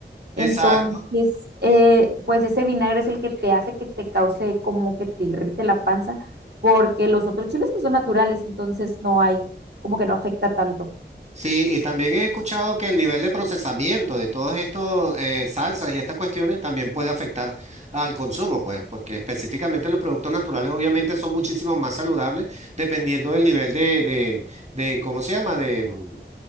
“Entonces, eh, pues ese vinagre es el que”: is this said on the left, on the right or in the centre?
Right